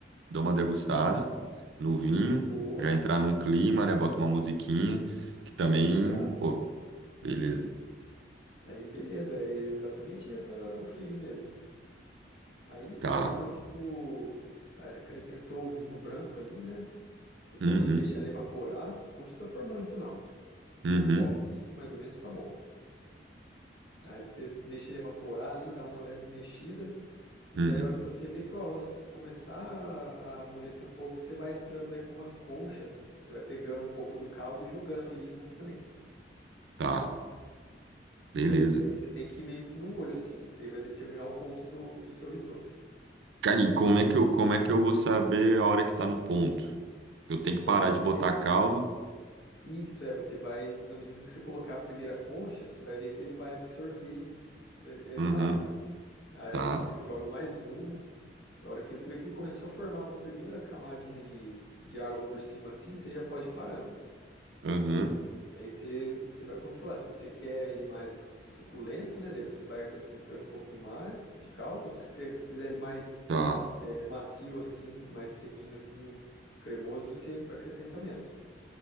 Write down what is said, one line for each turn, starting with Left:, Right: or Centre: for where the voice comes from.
Right: dou uma degustada no vinho,
Left: Boa,
Right: já entrar num clima, né? Boto uma musiquinha, que também,
Left: exato.
Right: pô, beleza.
Left: Aí beleza, é exatamente essa o feeling mesmo. Aí então,
Right: Tá.
Left: depois que tu acrescentou o vinho branco ali, né? Você pode
Right: Uhum,
Left: deixar ele evaporar. Não precisa pôr muito, não. um
Right: uhum,
Left: copo assim, mais ou menos, tá bom. Aí você deixa ele evaporar ali, dá uma leve mexida, e
Right: uhum.
Left: daí a hora que você vê que o arroz começar a a amolecer um pouco, você vai entrando daí com umas conchas, você vai pegando um pouco do caldo e jogando ali junto também.
Right: Tá, beleza.
Left: Você vai, daí você tem que ir meio que no olho assim, isso aí vai determinar o ponto do, do seu risoto.
Right: Cara, e como é que eu, como é que eu vou saber a hora que tá no ponto? Eu tenho que
Left: Então
Right: parar
Left: aí você,
Right: de botar caldo?
Left: isso é, você vai, na medida que você colocar a primeira concha, você vai ver que ele vai absorver eh, essa
Right: Uhum,
Left: água. Aí
Right: tá.
Left: você joga mais uma A hora que você vê que ele começou a formar uma primeira camadinha de, de água por cima assim, você já pode ir parando.
Right: Uhum,
Left: Daí você, você vai controlar. Se você quer ele mais suculento, né? Daí você vai acrescentando um pouquinho mais de caldo. Ou se você quiser ele mais
Right: tá,
Left: é, macio assim, mais sequinho assim, cremoso, você acrescenta menos.